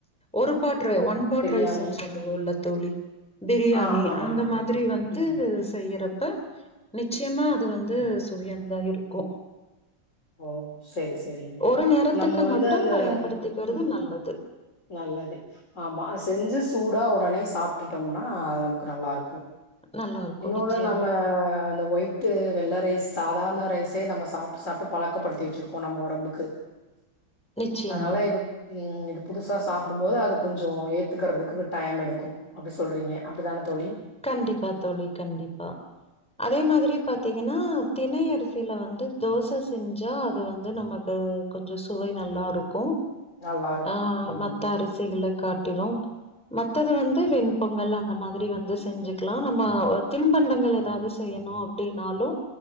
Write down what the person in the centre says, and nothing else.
ஒரு பாட்ரு ஒன் பாட்
ரைஸுன் சொ உள்ளத்தோழி பிரியாணி
அந்த
மாதிரி வந்து
செய்யறப்ப நிச்சியமா அது வந்து சுவையானதா இருக்கு
ஒரு நேரத்துக்கு
மட்டும்
பயன்படுத்திக்கிறது
நல்லது.
நல்லாருக்கும்
நிச்சயமா.
தோழி.
நிச்சயமா.
கண்டிப்பா தோழி கண்டிப்பா அதே மாதிரி பாத்தீங்கனா திணை அரிசியில வந்து தோச செஞ்சா அது வந்து நமக்கு கொஞ்ச சுவை நல்லாருக்கு
ஆ
மத்த அரிசிகள காட் டிலு மத்தது வந்து வெண்பொங்கல் அந்த மாதிரி வந் து செஞ்சுக்லா நம்ம தின்பண்டங்கள் ஏதாவது செய்யணு அப்டின்னாலு